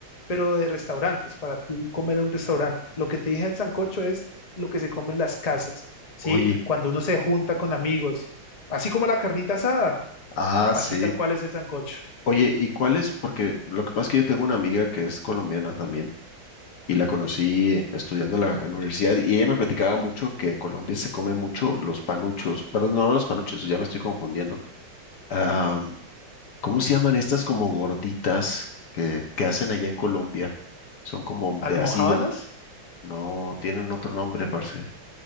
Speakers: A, on the left; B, on the left.
A: pero de restaurantes, para tú comer en un restaurante. Lo que te dije del sancocho es lo que se come en las casas, ¿sí?
B: Oye,
A: Cuando uno se junta con amigos, así como la carnita asada,
B: ah,
A: así
B: sí.
A: tal cual es el sancocho.
B: Oye, ¿y cuál es? Porque lo que pasa es que yo tengo una amiga que es colombiana también y la conocí estudiando en la, en la universidad y ella me platicaba mucho que en Colombia se come mucho los panuchos, perdón, no los panuchos, ya me estoy confundiendo. Ah, ¿cómo se llaman estas como gorditas que, que hacen allá en Colombia? Son como
A: ¿Almojábanas?
B: de así de... No, tienen otro nombre, parce.